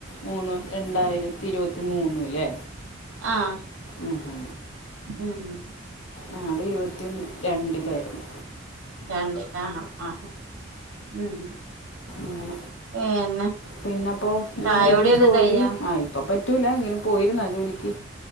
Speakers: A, on the left; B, on the right.
A: മൂന്ന് രണ്ടായിരത്തി ഇരുപത്തി മൂന്ന് ഇല്ലേ
B: ആഹ്
A: ഉം ഹു
B: ഉം ഹും
A: ഞങ്ങടെ ഇരുപത്തി രണ്ടിലാരുന്നു
B: രണ്ട് ആഹ് ആ ഉം
A: ഉം
B: പിന്നെ
A: പിന്നെപ്പോ ങ്ങളെന്തെങ്കിലും
B: ചായ കുടിയൊക്കെ
A: ജോലി
B: കഴിഞ്ഞോ
A: ആ ഇപ്പ പറ്റൂല എങ്കിലും പോയിരുന്നാ ജോലിക്ക്